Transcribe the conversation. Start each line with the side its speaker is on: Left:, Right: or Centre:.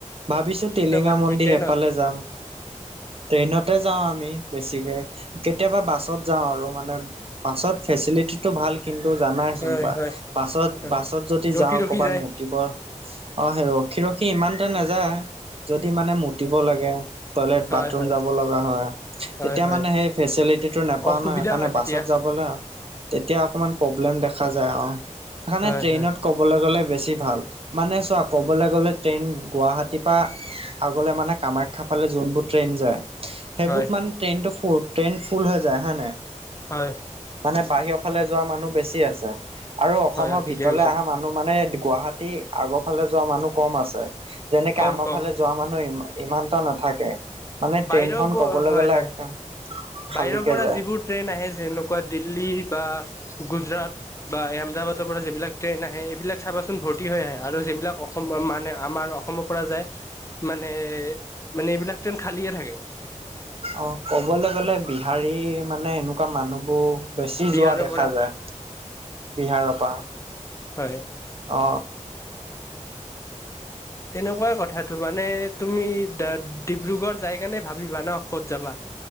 Right: ভাবিছো
Left: কিহত
Right: টিলিঙা
Left: যাবা তুমি
Right: মন্দিৰ
Left: ট্ৰেইনত
Right: সেইফালে যাম
Left: <inaudible>
Right: ট্ৰেইনতে যাও আমি বেছিকে কেতিয়াবা বাছত যাওঁ আৰু মানে পাছত ফেচিটি ভাল কিন্তু জানাইচোন
Left: হয়
Right: বা
Left: হয়
Right: বাছত
Left: হয়
Right: বাছত যদি
Left: ৰখি
Right: যাওঁ
Left: ৰখি
Right: কবাত
Left: যায়
Right: মতিব অ সেই ৰখি ৰখি ইমানতে নাযায় যদি মানে মুতিব লাগে টয়লেট
Left: হয়
Right: বাথৰুম
Left: হয়
Right: যাব লগা হয়
Left: হয়
Right: তেতিয়া
Left: হয়
Right: মানে সেই ফেচিলিটিটো নোপাও
Left: অসুবিধা
Right: ন সেইকাৰণে
Left: হয় তেতিয়া
Right: বাছত যাবলৈ তেতিয়া অকমান প্ৰব্লেম দেখা যায় আৰু সেইকাৰণে
Left: হয়
Right: ট্ৰেইনত
Left: হয়
Right: কবলৈ গলে বেছি ভাল মানে চোৱা ক'বলৈ গ'লে ট্ৰেইন গুৱাহাটীৰ পৰা আগলৈ মানে কামাখ্যা খা পালে যোনবোৰ ট্ৰেইন যায় সেইবোৰত
Left: হয়
Right: মানে ট্ৰেইনটো ফুল ট্ৰেইন ফুল হৈ যায় হয় নাই
Left: হয়
Right: মানে বাহিৰৰ ফালে যোৱা মানুহ বেছি আছে আৰু অসমৰ
Left: হয় হয় ঠিকে
Right: ভিতৰেলে
Left: কৈছা
Right: অহা মানুহ মানে গুৱাহাটী আগৰ ফালে যোৱা মানুহ কম আছে যেনেকে
Left: কম
Right: আমাৰ
Left: কম
Right: ফালে যোৱা মানুহ ই ইমানটা নাথাকে মানে
Left: বাহিৰৰ
Right: ট্ৰেইন খ কবলৈ
Left: হয়
Right: গ'লে
Left: হয়
Right: একদম
Left: বাহিৰৰ
Right: খালীকে
Left: পৰা
Right: যায়
Left: যিবোৰ ট্ৰেইন আহে যেনেকুৱা দিল্লী বা গুজৰাট বা আহমদাবাদৰ পৰা যিবিলাক ট্ৰেইন আহে এইবিলাক চাবাচোন ভৰ্তি হৈ আহে আৰু যিবিলাক অসম মানে আমাৰ অসমত পৰা যায় মানে মানে এইবিলাক টন খালিয়ে থাকে
Right: অ ক'বলৈ গ'লে বিহাৰী মানে এনেকুৱা মানুহবোৰ বেছি
Left: বিহাৰৰ
Right: যোৱা দেখা
Left: পৰা
Right: যায় বিহাৰৰ পৰা
Left: হয়
Right: অ
Left: তেনেকুৱাই কথাটো মানে তুমি ডিব্ৰুগড় যাই কেণে ভাবিবা ন ক'ত যাবা